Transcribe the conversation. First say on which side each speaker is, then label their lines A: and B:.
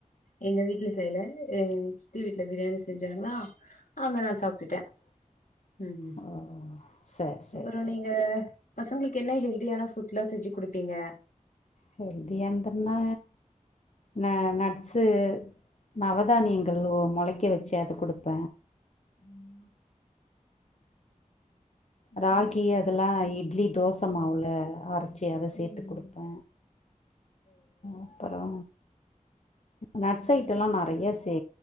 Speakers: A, on the left; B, on the left.
A: எங்க வீட்டுல செய்யல எங்க சி தி வீட்டல பிரியாணி செஞ்சாங்ளா அங்க நா சாப்டுட்ட ம்
B: ஓ சரி சரி
A: அப்புறோ
B: சரி
A: நீங்க பசங்ளுக்கு என்ன ஹெல்தியான ஃபுட்லா செஞ்சு குடுப்பீங்க
B: ஹெல்தியான்துன்னா ந நட்ஸு நவதானியங்கள்
A: ஆ
B: ஒ மொளக்க வச் சி அது குடுப்ப
A: ம் அப்புறம்
B: ராகி அதுலா இட் ட்லி தோச மாவுல அர் சி அத சேத்து
A: ம்.
B: குடுப்ப அப்பறோ நட்ஸ் ஐட்டம்
A: ஓ
B: லா நறைய சே